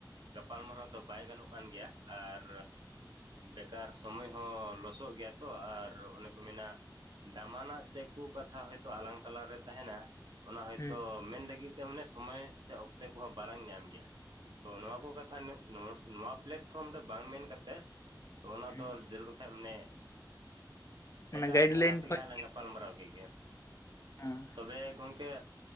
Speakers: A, on the right; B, on the left.
A: ᱜᱟᱯᱟᱞᱢᱟᱨᱟᱣ ᱫᱚ ᱵᱟᱭ ᱜᱟᱱᱚᱜ ᱠᱟᱱ ᱜᱮᱭᱟ᱾ ᱟᱨ ᱵᱮᱠᱟᱨ ᱥᱚᱢᱚᱭ ᱦᱚᱸ ᱞᱚᱥᱚᱜ ᱜᱮᱭᱟ ᱛᱚ, ᱟᱨ ᱚᱱᱮ ᱠᱚ ᱢᱮᱱᱟ ᱫᱟᱢᱟᱱᱟᱜ ᱪᱮᱫ ᱠᱚ ᱠᱟᱛᱷᱟ ᱦᱳᱭᱛᱳ ᱟᱞᱟᱝ ᱛᱟᱞᱟᱨᱮ ᱛᱟᱦᱮᱱᱟ᱾ ᱚᱱᱟ ᱦᱚᱭᱛᱳ
B: ᱦᱩᱸ
A: ᱢᱮᱱ ᱞᱟᱹᱜᱤᱫ ᱛᱮ ᱢᱟᱱᱮ ᱥᱚᱢᱚᱭ ᱥᱮ ᱚᱠᱛᱮ ᱠᱚᱦᱚᱸ ᱵᱟᱞᱟᱝ ᱧᱟᱢ ᱜᱮᱭᱟ? ᱛᱚ ᱱᱚᱣᱟ ᱠᱚ ᱠᱟᱛᱷᱟ ᱱᱚᱣᱟ ᱯᱞᱟᱴᱯᱷᱨᱚᱢ ᱨᱮ ᱵᱟᱝ ᱢᱮᱱ ᱠᱟᱛᱮᱜ ᱛᱚ ᱚᱱᱟ
B: ᱦᱮᱸ
A: ᱫᱚ ᱡᱟᱹᱨᱩᱲ ᱠᱷᱟᱡ ᱢᱟᱱᱮ
B: ᱢᱟᱱᱮ
A: ᱮᱴᱟᱜ
B: ᱜᱟᱭᱤᱰ
A: ᱫᱷᱟᱨᱟ
B: ᱞᱟᱭᱤᱱ
A: ᱛᱮᱜᱮ
B: ᱠᱷᱚᱡ
A: ᱦᱟᱸᱜ ᱞᱟᱝ ᱜᱟᱯᱟᱞᱢᱟᱨᱟᱣ ᱤᱫᱤᱭᱮᱫ ᱜᱮᱭᱟ᱾
B: ᱦᱮᱸ
A: ᱛᱚᱵᱮ ᱜᱚᱝᱠᱮ